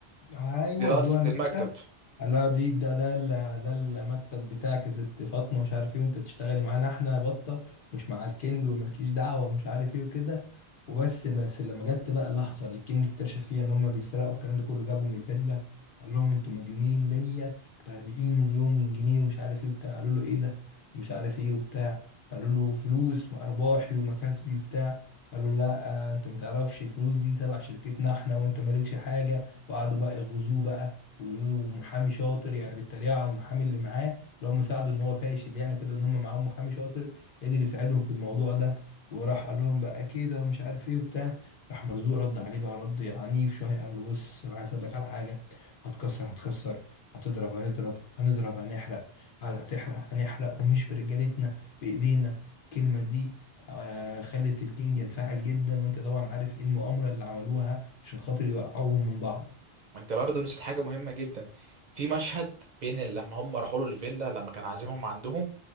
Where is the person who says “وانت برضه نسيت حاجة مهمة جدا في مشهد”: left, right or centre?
Right